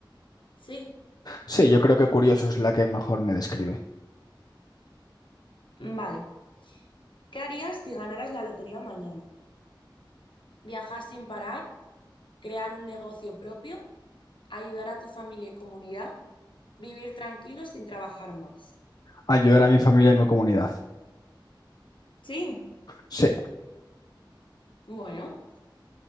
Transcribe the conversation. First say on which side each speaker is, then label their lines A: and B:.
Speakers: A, on the left; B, on the left.
A: Sí,
B: Sí, yo creo que curioso es la que mejor me describe.
A: vale. ¿Qué harías si ganaras la lotería mañana? ¿Viajar sin parar? ¿Crear un negocio propio? ¿Ayudar a tu familia y comunidad? ¿Vivir tranquilo sin trabajar más?
B: Ayudar a mi familia y mi comunidad.
A: Sí,
B: Sí.
A: bueno,